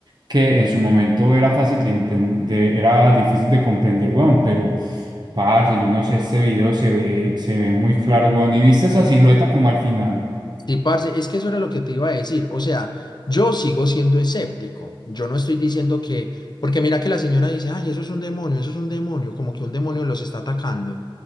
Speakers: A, on the right; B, on the left.
A: que en su momento era fácil de entender, era difícil de comprender, weón, pero parce, yo no sé, este video se ve, se ve muy claro, weón, y viste esa silueta como al final,
B: Sí, parce, es que eso era lo que te iba a decir. O sea, yo sigo siendo escéptico. Yo no estoy diciendo que, porque mira que la señora dice, ay, eso es un demonio, eso es un demonio, como que un demonio los está atacando.